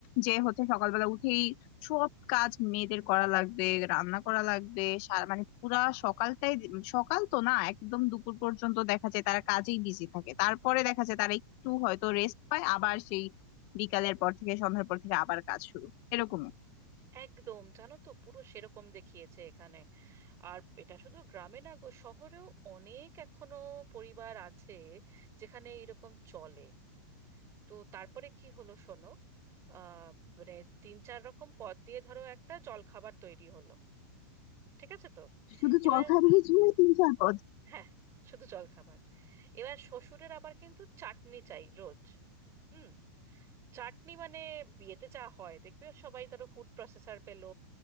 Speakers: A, on the left; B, on the right.
A: যে হচ্ছে সকালবেলা উঠেই সব কাজ মেয়েদের করা লাগবে রান্না করা লাগবে সার- মানে পুরা সকালটাই সকাল তো না একদম দুপুর পর্যন্ত দেখা যায় তারা কাজেই বিজি থাকে তারপরে দেখা যায় তারা একটু হয়তো রেস্ট পায় আবার সেই বিকালের পর থেকে সন্ধ্যার পর থেকে আবার কাজ শুরু এরকম
B: একদম জানো তো পুরো সেরকম দেখিয়েছে এখানে আর এটা শুধু গ্রামে না গো শহরেও অনেক এখনো পরিবার আছে যেখানে এরকম চলে তো তারপরে কি হলো শোনো আহ মানে তিন চার রকম পদ দিয়ে ধরো একটা জলখাবার তৈরি হলো ঠিক আছে তো
A: শুধু
B: এবার
A: জলখাবারের জন্যই তিন চার পদ
B: হ্যাঁ শুধু জলখাবার এবার শ্বশুরের আবার কিন্তু চাটনি চাই রোজ হুম চাটনি মানে বিয়েতে যা হয় দেখবে সবাই ধরো ফুড প্রসেসর পেলো